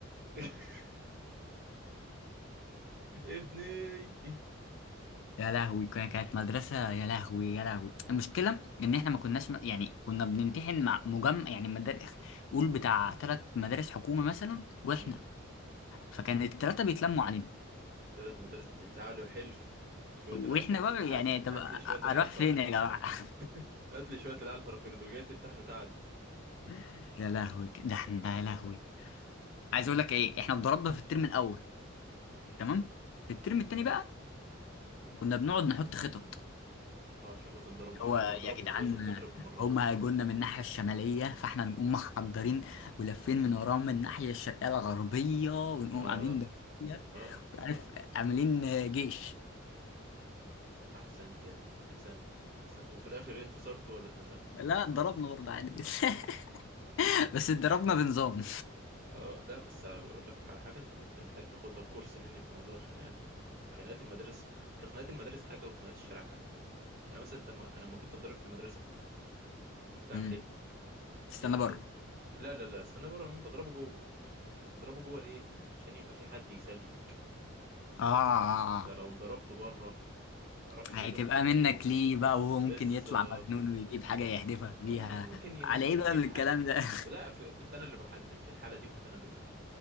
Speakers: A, on the right; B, on the left.
A: <laughs> ابني
B: يا لهوي كا- كانت مدرسة يا لهوي يا لهوي المشكلة إن إحنا ما كناش م- يعني كنا بنمتحن مع مجمع يعني مدارس قول بتاع تلات مدارس حكومة مثلا وإحنا
A: مم.
B: فكان التلاتة بيتلموا علينا
A: ثلاث مدارس تعالوا حلف شوية
B: وإحنا
A: الألف رفيق
B: بقى
A: هات
B: يعني
A: لي
B: طب
A: هات
B: أ-
A: لي شوية الألف
B: أروح فين
A: رفيق
B: يا
A: دول
B: جماعة
A: هات لي شوية الألف رفيق دول جاي تمتحنوا تعالوا
B: <laughs> يا لهوي ده إحنا يا لهوي عايز أقول لك إيه إحنا اتضربنا في الترم الأول
A: مم.
B: تمام في الترم التاني بقى كنا بنقعد نحط خطط
A: اه عشان ما تنضربوش
B: هو
A: عشان تضربوا
B: يا جدعان
A: لازم نضرب المرة
B: هم
A: دي
B: هيجولنا من الناحية الشمالية فاحنا نقوم محضرين ولافين من وراهم من الناحية الشرقية الغربية ونقوم
A: اه
B: عاملين دوسيات
A: اه
B: وعارف عاملين جيش
A: أحسنت يا ابني أحسنت أحسنت وفي الآخر إيه، انتصرتوا ولا اتهزمتوا
B: لا اتضربنا برضه عادي جدا <laughs> بس اتضربنا بنظام
A: اه لا بس اقول لك على حاجه انت كنت محتاج تاخد لك كورس مني في موضوع الخناقات ده خناقات المدارس أصل خناقات المدارس حاجه وخناقات الشارع حاجه يعني مثلا انت ما... انا لما كنت اتضرب في المدرسه كنت اعمل
B: مم.
A: ايه؟,
B: استنى
A: إيه,
B: بره
A: إيه؟ لا لا لا استنى بره مين بضربه جوه انت بتضربه جوه ليه عشان يبقى في حد يسلك
B: اه اه اه
A: انت
B: آه.
A: لو ضربته بره ما تعرفش
B: هتبقى
A: ايه اللي ممكن يحصل
B: منك ليه بقى وهو ممكن
A: بس
B: يطلع مجنون ويجيب حاجة
A: اه
B: يحدفك بيها
A: اه لا ممكن
B: على
A: ممكن
B: ايه بقى
A: يجيب
B: من الكلام
A: حد
B: ده <laughs>
A: لا في... كنت انا اللي بحدد في الحاله دي كنت انا اللي بحدد